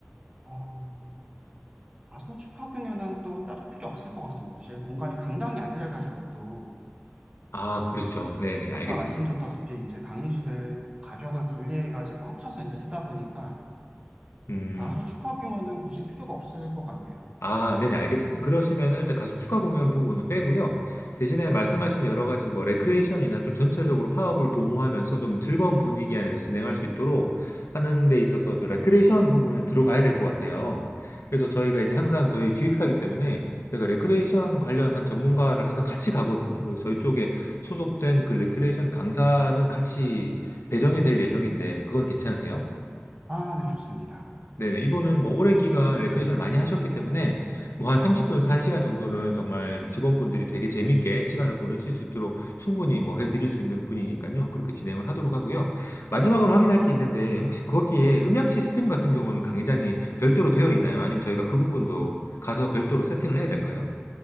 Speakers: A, on the right; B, on the left.
A: 어, 다소 축하 공연은 또 따로 필요 없을 것 같습니다. 저희가 공간이 강당이 아니라가지고 또
B: 아, 그렇죠. 네네, 알겠습니다.
A: 아까 말씀드렸다시피 이제 강의실을 가벽을 분리해가지고 합쳐서 이제 쓰다 보니까
B: 음.
A: 가수 축하 공연은 굳이 필요가 없을 것 같네요.
B: 아, 네네, 알겠습니다. 그러시면은 일단 가수 추가 공연 부분은 빼고요. 대신에 말씀하신 여러 가지 뭐 레크레이션이나 좀 전체적으로 화합을 도모하면서 좀 즐거운 분위기 안에서 진행할 수 있도록 하는 데 있어서 저 레크레이션 부분은 들어가야 될 것 같아요. 그래서 저희가 이제 항상 저희 기획사이기 때문에 저희가 레크레이션 관련한 전문가를 항상 같이 가거든요. 그래서 저희 쪽에 소속된 그 레크레이션 강사는 같이 배정이 될 예정인데 그건 괜찮으세요?
A: 아, 네, 좋습니다.
B: 네네. 이분은 뭐 오랜 기간 레크레이션을 많이 하셨기 때문에 뭐 한 30분에서 1시간 정도는 정말 직원분들이 되게 재밌게 시간을 보내실 수 있도록 충분히 뭐 해드릴 수 있는 분이니까요. 그렇게 진행을 하도록 하고요. 마지막으로 확인할 게 있는데 혹시 거기에 음향 시스템 같은 경우는 강의장이 별도로 되어 있나요? 아니면 저희가 그 부분도 가서 별도로 세팅을 해야 될까요?